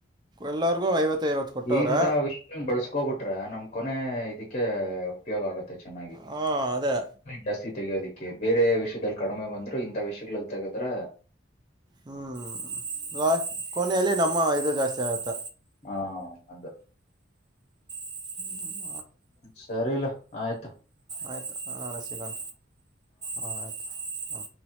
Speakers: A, on the right; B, on the left.
A: ಎಲ್ಲರಿಗೂ ಐವತ್ತು ಐವತ್ತು ಕೊಟ್ಟವ್ರೆ
B: ಇಂಥ ವಿಷಯ ಬಳಸ್ಕೋಬಿಟ್ರೆ ನಮ್ ಕೊನೆ ಇದಕ್ಕೆ ಉಪಯೋಗ ಆಗತ್ತೆ ಚೆನ್ನಾಗಿ
A: ಹಾಂ ಅದೇ
B: ಜಾಸ್ತಿ ತೆಗಯೋದಿಕ್ಕೆ ಬೇರೆ ವಿಷಯದಲ್ಲಿ ಕಡಿಮೆ ಬಂದ್ರು ಇಂಥ ವಿಷಯಗಳಲ್ಲಿ ತೆೆಗೆದ್ರ
A: ಹ್ಮ್ ಲಾ ಕೊನೆಯಲ್ಲಿ ನಮ್ಮ ಇದು ಜಾಸ್ತಿ ಆಗತ್ತ
B: ಹಾ ಅದ
A: ಹ್ಮ್
B: ಹ್ಮ ಸರಿ ಇಲ್ಲ ಆಯ್ತಾ
A: ಆಯ್ತು ಆಳ ಸಿಗಣ ಹಾ ಆಯ್ತು ಹಾ